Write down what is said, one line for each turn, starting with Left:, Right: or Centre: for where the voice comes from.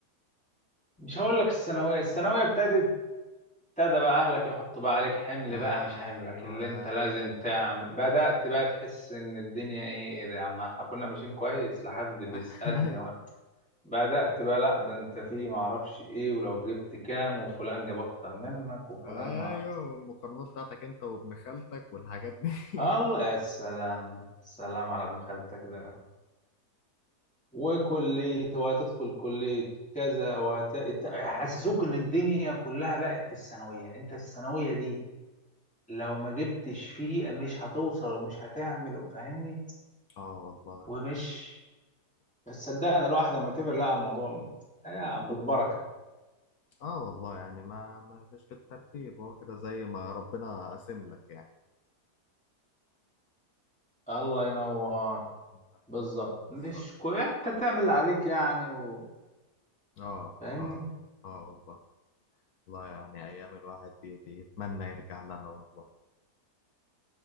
Centre: مش هقول لك الثانويه الثانويه ابتدت ابتدى بقى اهلك يحطوا بقى عليك حمل
Left: ايوه
Centre: بقى مش حملك اللي انت لازم تعمل بدات بقى تحس ان الدنيا ايه ايه ده يا عم احنا كنا ماشيين كويس لحد بيسالني
Left: <laughs>
Centre: وانا بدات بقى لا ده انت في ما اعرفش ايه ولو جبت كام وفلان جاب اكتر منك وفلان
Left: ايوه
Centre: ما
Left: والمقارنات بتاعتك انت وابن خالتك والحاجات دي <laughs>
Centre: الله يا سلام سلام على ابن خالتك ده وكلية وهتدخل كلية كذا وهت... إت- يحسسوك ان الدنيا كلها بقت في الثانوية انت الثانوية دي لو ما جبتش فيه مش هتوصل ومش هتعمل فاهمني
Left: اه والله
Centre: ومش بس صدقني الواحد لما كبر لقى الموضوع هي بالبركة
Left: اه والله يعني ما, ما مش بالترتيب هو كده زي ما ربنا قاسم لك يعني
Centre: الله ينور
Left: أيوة،
Centre: بالظبط
Left: بالظبط
Centre: مش كويس انت تعمل اللي عليك يعني و...
Left: اه
Centre: فاهمني
Left: اه اه والله والله يعني ايام الواحد دي دي يتمنى يرجع لها والله